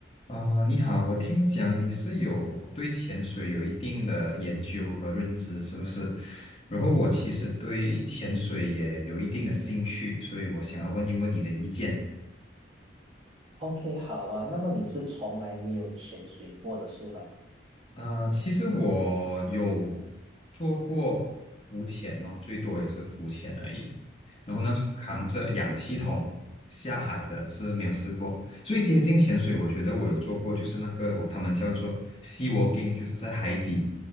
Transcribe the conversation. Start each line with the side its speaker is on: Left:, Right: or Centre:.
Left: 啊，你好，我听讲你是有对潜水有一定的研究和认知，是不是？然后我其实对潜水也有一定的兴趣，所以我想要问一问你的意见。
Right: OK，好啊。那么你是从来没有潜水过的是吗？
Left: 啊、其实我有做过浮潜哦，最多也是浮潜而已。然后那种扛着氧气筒下海的是没有试过。
Right: 嗯，
Left: 最接近潜水，我觉得我有做过，就是那个我他们叫做 sea walking，就是在海底